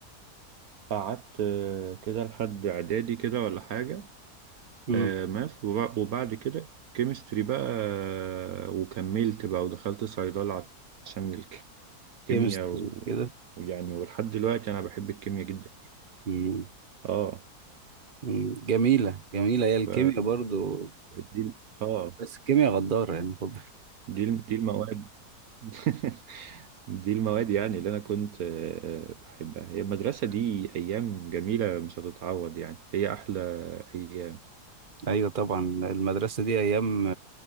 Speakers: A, on the right; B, on the right.
A: قعدت آه، كده لحد اعدادي كده ولا حاجه
B: مم.
A: آه، ماث وب- وبعد كده كيمستري بقى آه، وكملت بقى ودخلت صيدله عشان الكيمياء
B: كيمستري
A: و-
B: كده
A: ويعني ولحد دلوقتي انا بحب الكيمياء جدا
B: مم.
A: اه
B: مم. جميلة جميلة هي الكيمياء
A: ف
B: برضو
A: دي اه
B: بس الكيمياء غدارة يعني <laughs>
A: دي دي المواد <laughs> دي المواد يعني اللي انا كنت آه، بحبها هي المدرسه دي ايام جميله مش هتتعوض يعني هي احلى ايام
B: ايوه طبعا المدرسه دي ايام